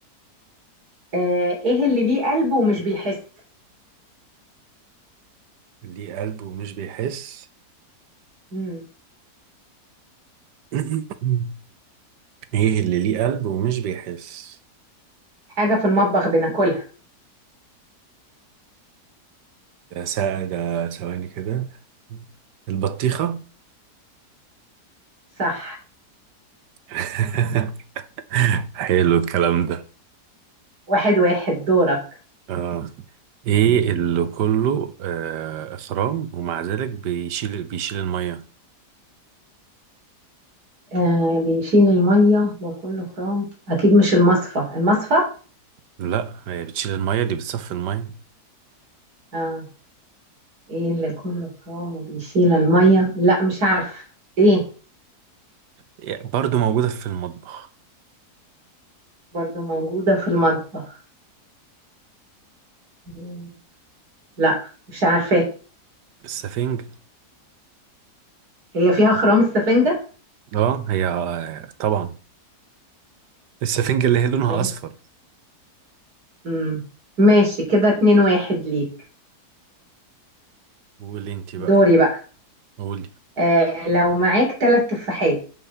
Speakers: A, on the right; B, on the right.
A: آه ايه اللي ليه قلب ومش بيحس
B: ليه قلب ومش بيحس
A: مم.
B: <coughs> <laughs> ايه اللي ليه قلب ومش بيحس
A: حاجه في المطبخ بناكلها
B: ده سا- ده ثواني كده البطيخه
A: صح
B: <laughs> حلو الكلام ده
A: واحد واحد دورك
B: اه ايه اللي كله آه اخرام ومع ذلك بيشيل بيشيل الميه
A: آه بيشيل الميه وكله خرام اكيد مش المصفى المصفى
B: لا هي بتشيل الميه دي بتصفي الميه
A: آه ايه اللي كله خام وبيشيل المية لا مش عارفة ايه
B: يعني برضو موجوده في المطبخ
A: برضو موجودة في المطبخ مم. لا مش عارفة
B: السفنج
A: هي فيها خرام السفنجة
B: اه هي آه طبعا السفنج اللي هي لونها
A: ماشي
B: اصفر
A: مم. ماشي كده اتنين واحد ليك
B: قولي انت بقى
A: دوري بقى
B: قولي
A: آه لو معاك تلات تفاحات